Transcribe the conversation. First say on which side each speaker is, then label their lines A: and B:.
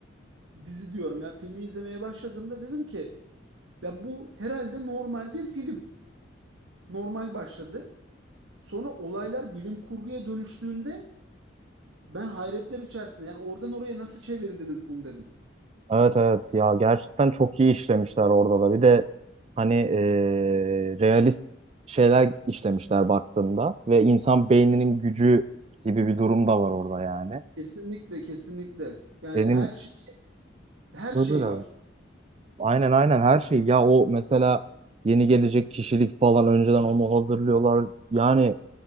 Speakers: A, on the right (about 85°); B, on the right (about 30°).
A: dizi diyorum ya filmi izlemeye başladığımda dedim ki ya bu herhalde normal bir film. Normal başladı. Sonra olaylar bilim kurguya dönüştüğünde ben hayretler içerisinde yani oradan oraya nasıl çevirdiniz bunu dedim.
B: Evet evet ya gerçekten çok iyi işlemişler orada da. Bir de hani eee, realist şeyler işlemişler baktığımda ve insan beyninin gücü gibi bir durum da var orada yani.
A: Kesinlikle kesinlikle. Yani
B: Benim
A: her şey, her
B: böyle
A: şey var.
B: Aynen aynen her şey. Ya o mesela yeni gelecek kişilik falan önceden onu hazırlıyorlar. Yani